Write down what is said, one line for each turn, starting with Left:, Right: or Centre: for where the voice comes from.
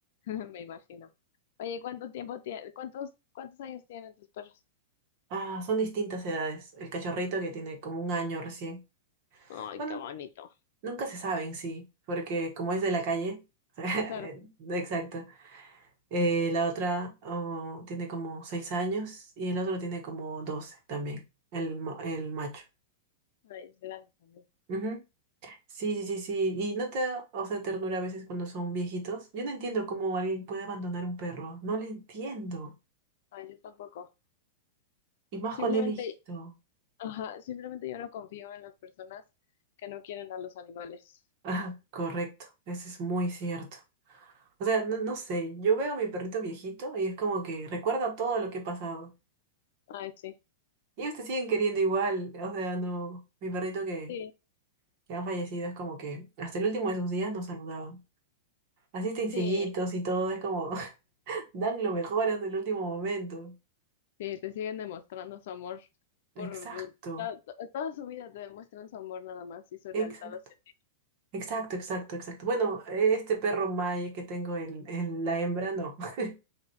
Left: me imagino. Oye, ¿cuánto tiempo tiene, cuántos, cuántos años tienen tus perros?
Right: Ah, son distintas edades. El cachorrito que tiene como un año recién.
Left: Ay,
Right: Bueno,
Left: qué bonito.
Right: Nunca se saben, sí, porque como es de la calle, <laughs>
Left: Claro.
Right: exacto. Eh, la otra oh, tiene como seis años y el otro tiene como 12 también, el, ma- el macho.
Left: Ay, es grande también.
Right: Ujú. Sí, sí, sí, sí. Y no te da, o sea, ternura a veces cuando son viejitos. Yo no entiendo cómo alguien puede abandonar un perro. No lo entiendo.
Left: Ay, yo tampoco.
Right: Y más
Left: Simplemente
Right: cuando es viejito.
Left: Ajá, simplemente yo no confío en las personas que no quieren a los animales.
Right: Ah, correcto. Eso es muy cierto. O sea, no, no sé. Yo veo a mi perrito viejito y es como que recuerda todo lo que he pasado.
Left: Ay, sí.
Right: Y ellos te siguen queriendo igual, o sea, no, mi perrito que,
Left: Sí,
Right: que han fallecido es como que hasta el último de sus días nos saludaban. Así estén cieguitos
Left: sí,
Right: y todo, es como <laughs> dan lo mejor hasta el último momento.
Left: sí, te siguen demostrando su amor por
Right: Exacto,
Left: el- to- to- toda su vida te demuestran su amor nada más y su
Right: exacto,
Left: lealtad hacia ti.
Right: exacto, exacto, exacto. Bueno, e, este perro Maye que tengo, el, el- la hembra, no. <laughs>